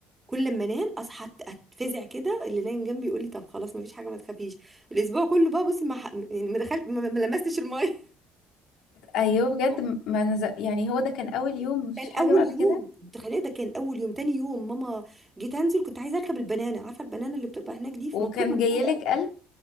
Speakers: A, on the right; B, on the left.
A: كل ما انام اصحى أت- اتفزع كده اللي نايم جنبي يقول لي طب خلاص ما فيش حاجه ما تخافيش الاسبوع كله بقى بصي ما ح- يعني ما دخلت ما ما لمستش الميه
B: ايوه بجد
A: <laughs>
B: م- ما نز... يعني هو ده كان اول يوم مفيش
A: كان
B: حاجه
A: اول
B: بعد
A: يوم
B: كده
A: تخيل ده كان اول يوم تاني يوم ماما جيت انزل كنت عايزه اركب البنانه عارفه البنانه اللي بتبقى هناك دي في
B: وكان
A: مطروح مشهوره
B: جايلك
A: قوي
B: قلب